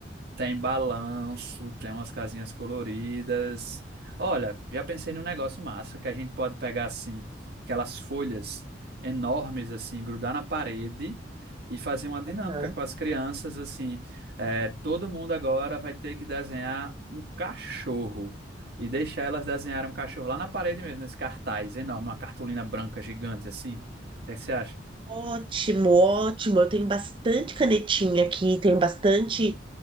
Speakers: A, on the right; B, on the right.
A: Tem balanço, tem umas casinhas coloridas. Olha, já pensei num negócio massa que a gente pode pegar assim, aquelas folhas enormes assim, grudar na parede e fazer uma dinâmica
B: Aham.
A: com as crianças assim. É, todo mundo agora vai ter que desenhar um cachorro e deixar elas desenharem um cachorro lá na parede mesmo, nesse cartaz enorme, uma cartolina branca gigante assim. O que é que você acha?
B: Ótimo, ótimo. Eu tenho bastante canetinha aqui, tenho bastante